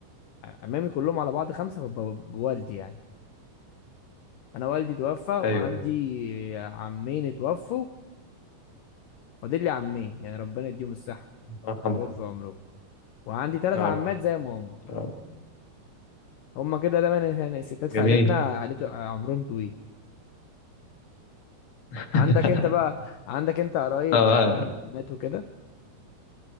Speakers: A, on the left; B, on the left.
A: عمامي كلهم على بعض خمسة ب- ب- بوالدي يعني أنا والدي توفى وعندي
B: ايوه
A: عمين اتوفوا فاضل لي عمين يعني ربنا يديهم الصحة
B: يا
A: ويطول
B: رب
A: في عمرهم وعندي تلات
B: يا
A: عمات
B: رب
A: زي ما هم
B: يا رب.
A: هم كده دايما يعني الستات في
B: جميل
A: عائلتنا عائلته عمرهم طويل
B: <laughs>
A: عندك انت بقى عندك انت قرايب
B: آه،
A: عمام عمات وكده